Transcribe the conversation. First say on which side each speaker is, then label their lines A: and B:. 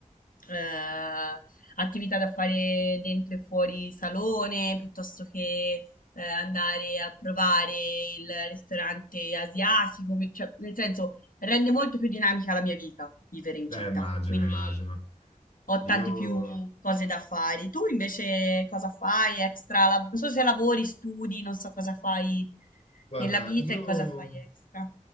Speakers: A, on the left; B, on the left.
A: ehm, attività da fare dentro e fuori salone, piuttosto che, ehm, andare a provare il ristorante asiatico, pi cioè nel senso Rende molto più dinamica la mia vita vivere in città,
B: Eh, immagino,
A: quindi
B: immagino.
A: ho
B: Io,
A: tante più cose da fare. Tu invece cosa fai extra? La- Non so se lavori, studi, non so cosa fai
B: guarda,
A: nella vita
B: io
A: e cosa fai extra.